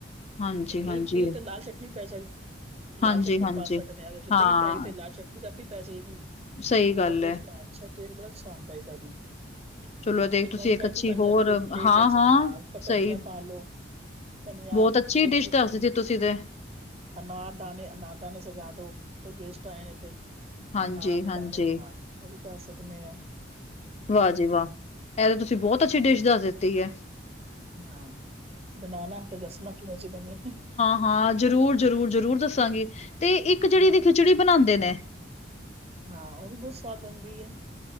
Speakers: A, on the left; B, on the right.
A: ਹਾਂਜੀ-ਹਾਂਜੀ,
B: ਇਹ ਇਹਦੇ ੳਤੇ ਲਾਲ ਚਟਨੀ ਪੈ ਸਕਦੀ। ਲਾਲ
A: ਹਾਂਜੀ-ਹਾਂਜੀ।
B: ਚਟਨੀ ਪਾ ਸਕਦੇ ਇਹਦੇ ਵਿੱਚ
A: ਹਾਂ,
B: ਕਈ ਤਰ੍ਹਾਂ ਦੇ ਲਾਲ ਚਟਨੀ ਆਪੈ ਜਾਏਗੀ
A: ਸਹੀ ਗੱਲ
B: ਹੋਰ ਟੇਸਟ
A: ਐ,
B: ਅੱਛਾ ਟੇਸਟ ਬੜਾ ਆਂਦਾ ਇਹਦਾ ਵੀ।
A: ਚਲੋ ਦੇਖ
B: ਇੱਕ
A: ਤੁਸੀਂ
B: ਨਵੀਂ ਵਰਾਇਟੀ
A: ਅੱਛੀ
B: ਬਣ
A: ਹੋਰ
B: ਜਾਂਦੀ ਇੱਕ ਪਲੇਟ
A: ਹਾਂ-ਹਾਂ
B: ਇਚ, ਹਾਂ। ਧਨੀਆਂ
A: ਸਹੀ,
B: ਪਾਲੋ, ਧਨੀਆਂ
A: ਬਹੁਤ ਅੱਛੀ
B: ਯਦੀ
A: ਡਿਸ਼ ਦੱਸ ਦਿੱਤੀ ਤੁਸੀਂ ਤੇ,
B: ਅਨਾਰ ਦਾਣੇ, ਅਨਾਰ ਦਾਣੇ ਸਜਾ ਦੋ, ਕੋਈ ਗੇਸਟ ਆਏ ਨੇ ਤੇ।
A: ਹਾਂਜੀ-ਹਾਂਜੀ।
B: ਅਨਾਰ ਦੇ ਦਾਣੇਹਾ, ਉਹ ਵੀ ਪਾ ਸਕਨੇ ਹਾਂ।
A: ਵਾਹ ਜੀ ਵਾਹ, ਇਹ ਤਾਂ ਤੁਸੀਂ ਬਹੁਤ ਅੱਛੀ ਡਿਸ਼ ਦੱਸ ਦਿੱਤੀ ਏ।
B: ਹਾ, ਬਣਾਣਾ ਤੇ ਦਸਨਾ ਕਿਉਂ ਜਿਹੀ ਬਣੀ?
A: ਹਾਂ ਜ਼ਰੂਰ-ਜ਼ਰੂਰ-ਜ਼ਰੂਰ ਦੱਸਾਂਗੇ ਤੇ ਇੱਕ ਜਿਹੜੀ
B: ਹਾਂ
A: ਇਹਦੀ ਖਿਚੜੀ ਬਣਾਉਂਦੇ ਨੇ।
B: ਹਾਂ, ਉਹ ਵੀ ਬਹੁਤ ਸਵਾਦ ਬਣਦੀ ਹੈ,